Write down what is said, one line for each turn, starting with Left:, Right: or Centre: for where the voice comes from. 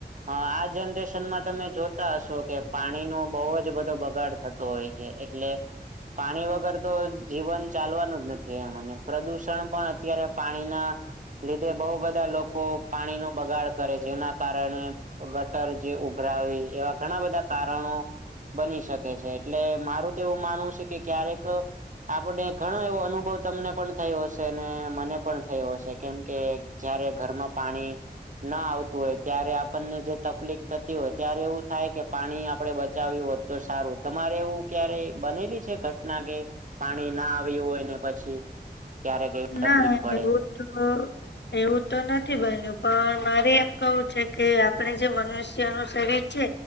Right: હ આ જનરેશનમાં તમે જોતા હશો કે પાણી નો બહુ જ બધો બગાડ થતો હોય છે એટલે પાણી વગર તો જીવન ચાલવાનું જ નથી એ મને પ્રદુષણ પણ અત્યારે પાણીના લીધે બહુ બધા લોકો પાણી ન બગાડ કરે જેના કારણે ગટર જે ઉભરાવે એવા ઘણા બધા કારણો બની શકે. છે એટલે મારું તો એવું માનવું છે કે ક્યારેક. આપડ ઘણો એવો અનુભવ તમને પણ થયો હશે અને મને પણ થયો હશે કેમ કે. જયારે ઘરમાં પાણી. ના આવતું હોય ત્યારે આપણને જે તકલીફ થતી હોય ત્યારે એવું થાય કે પાણી આપડે બચાવ્યું હો. ધસારો. તમારે એવું ક્યારે બનેલી છે ઘટના કે પાણી ના આવ્યું હોયને પછી. ક્યારેક એવી
Left: ના
Right: તકલીફ પડે
Left: એવું તો. એવું તો નથી બન્યું પણ મારે એમ કવું છે કે આપણે જે મનુષ્ય નું શરીર છે.